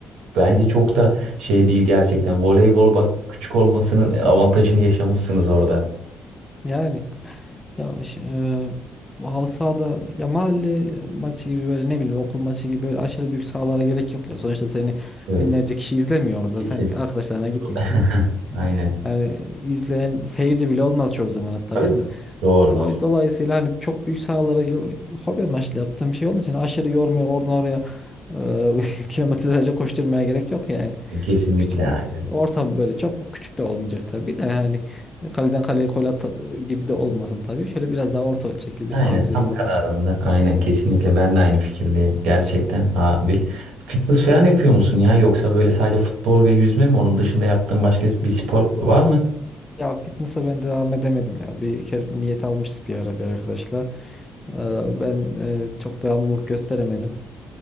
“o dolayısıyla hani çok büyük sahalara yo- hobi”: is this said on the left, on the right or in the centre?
Left